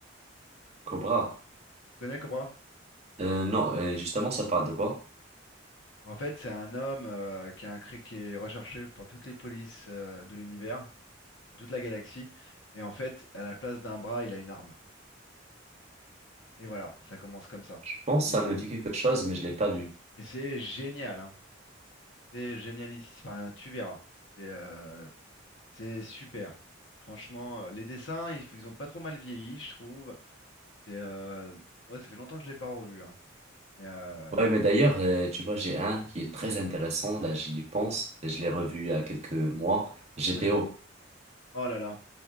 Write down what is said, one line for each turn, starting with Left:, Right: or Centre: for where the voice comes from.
Right: Cobra.
Left: Tu connais Cobra?
Right: Euh, non, euh, justement, ça parle de quoi?
Left: En fait, c'est un homme euh, qui, a un, cri- qui est recherché par toutes les polices euh, de l'univers, de toute la galaxie, et en fait, à la place d'un bras, il a une arme. Et voilà, ça commence comme ça.
Right: Je pense
Left: Et,
Right: que ça me dit quelque chose, mais je l'ai pas vu.
Left: et c'est génial, hein. C'est génialiste. Enfin, tu verras. C'est euh, C'est super. Franchement, euh, les dessins, ils, ils ont pas trop mal vieilli, je trouve. C'est, euh, moi, ça fait longtemps que je l'ai pas revu. hein. Mais, euh,
Right: Ouais, mais d'ailleurs, euh, tu vois, j'ai un qui est très intéressant, là, j'y pense, et je l'ai revu il y a quelques mois, GTO.
Left: oui. Oh là là.